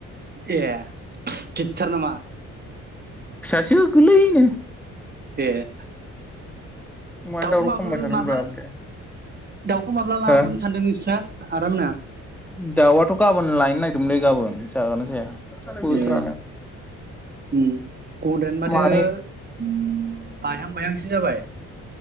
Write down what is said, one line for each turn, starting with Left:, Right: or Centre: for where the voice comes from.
Right: ए गिदिर थार नामा?
Centre: फिसासो गोरलैनो
Right: ए
Centre: मानो
Right: दाउखौ
Centre: दावराव
Right: माबोल
Centre: खालामबाय थादोंब्रा
Right: माब्ला
Centre: बे
Right: दाउखौ माब्ला लाबोनो
Centre: हो
Right: सानदों नोंस्रा? आदामोना
Centre: दाउआथ' गाबोन लायनो नागिरदोंमोनलै गाबोन जागोना जाया बोथोरानो
Right: ए उम गन्द्रायानो माथो
Centre: मानै
Right: बायहां बायहांसो जाबाय।